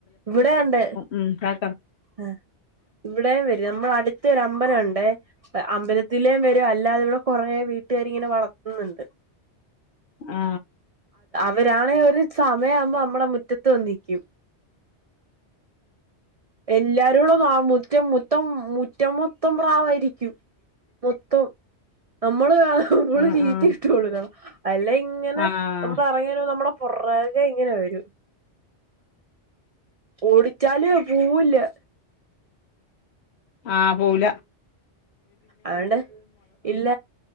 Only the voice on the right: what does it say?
ഇവിടേംണ്ട്
ആ ഇവിടെ വച് നമ്മളടുത്തൊരമ്പലം ഉണ്ട് ലേ അമ്പലത്തിലെ മെ അല്ലാതെ ഇവിടെ കൊറേ വീട്ടുകാരി ങ്ങനെ വളർത്തുന്നുണ്ട്
അവരാളെ വച് ത് സമയമാവുമ്പോ നമ്മടെ മുറ്റത്ത് വന്നിക് എല്ലാരോളും ആ മുറ്റം മുത്തം മുറ്റം മൊത്തം പ്രാവായിരിക്കും മൊത്തോം നമ്മള് ആ മ്മള്
തീറ്റിട്ടു
കൊടുക്കണം അല്ലെ ഇങ്ങനെ
നമ്മൾ ഇറങ്ങി വരുമ്പം നമ്മടെ കൊറേ അല്ലെ ഇങ്ങനെ വരൂ ഓടിച്ചാലു പൂവൂലാ
അതണ്ട് ഇല്ല